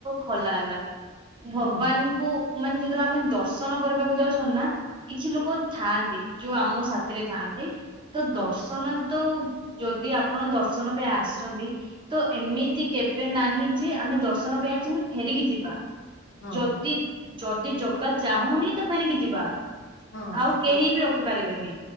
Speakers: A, on the right; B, on the left.
A: ଖୋଲା ହେଲା, ଭଗବାନଙ୍କୁ
B: ହଁ
A: ମାନେ ଯେତେବେଳେ ଆମେ ଦର୍ଶନ କରିବାକୁ ଯାଉଛନ୍ତି ନା କିଛି ଲୋକ ଥାଆନ୍ତି, ଯୋଉ ଆମ ସାଥିରେ ଥାଆନ୍ତି। ତ
B: ହଁ
A: ଦର୍ଶନ ତ ଯଦି ଆପଣ ଦର୍ଶନ ପାଇଁ ଆସଚନ୍ତି। ତ ଏମିତି କେବେ ନାହିଁ ଯେ ଆମେ ଦର୍ଶନ ପାଇଁ ଆସିଚୁ ଫେରିକି ଯିବା।
B: ହଁ
A: ଯଦି-ଯଦି ଜଗା ଚାହୁଁନି ତ ଫେରିକି ଯିବା।
B: ହଁ
A: ଆଉ
B: ସେ
A: କେହି ବି ରଖିପାରିବେନି